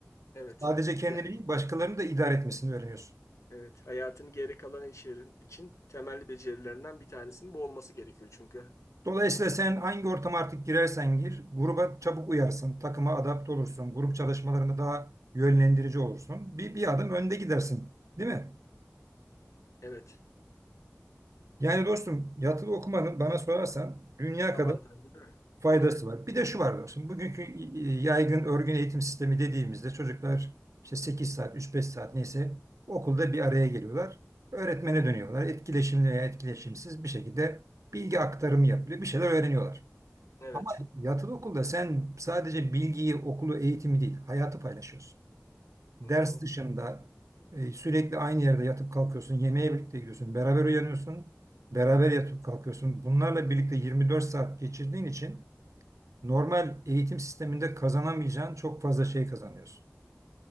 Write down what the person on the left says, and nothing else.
Evet.
Yani,
evet. Hayatın geri kalan işlerin için temel becerilerinden bir tanesinin bu olması gerekiyor çünkü.
Evet.
Avantajlı
değil mi?
Evet.
Evet.
Hı hı.